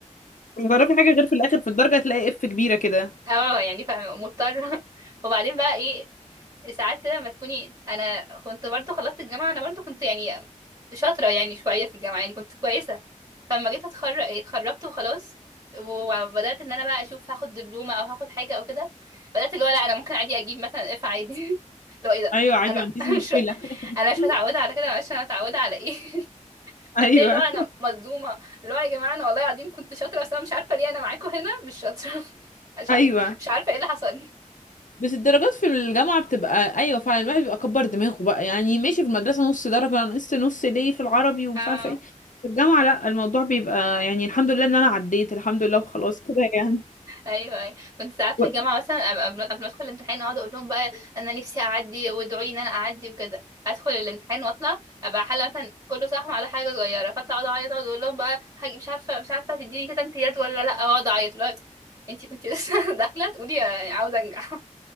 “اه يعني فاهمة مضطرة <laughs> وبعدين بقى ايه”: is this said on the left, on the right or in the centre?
Right